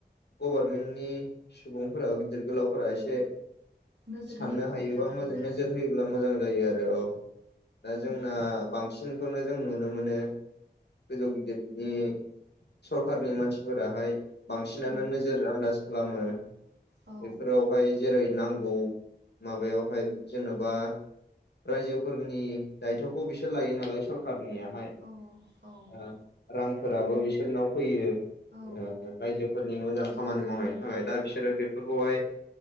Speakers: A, on the left (about 70°); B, on the right (about 75°).
A: गभारमेन्टनि सुबुंफोरा गिदिर गोलावफोरा इसे
B: नोजोर
A: साननो
B: होयोब्ला
A: हायोबा
B: आरोना
A: मोजां नोजोर होयोब्ला मोजां जायो
B: उम
A: आरो औ दा जोंना
B: औ
A: बांसिनखौनो जों नुनो मोनो गोजौ गिदिरफोरनि सरखारनि मानसिफोराहाय बांसिनानो
B: औ
A: नोजोर आन्दाज खालामो
B: औ
A: बेफोरावहाय जेरै- नांगौ माबायावहाय जेन'बा रायजोफोरनि दायथ'खौ बिसोर लायो नालाय सरखारनिया
B: औ औ
A: ओ रांफोराबो बिसोरनाव फैयो
B: औ
A: ओ रायजोफोरनि मोजां खामानि मावनायनि थाखाय दा बिसोरो बेफोरखौ आय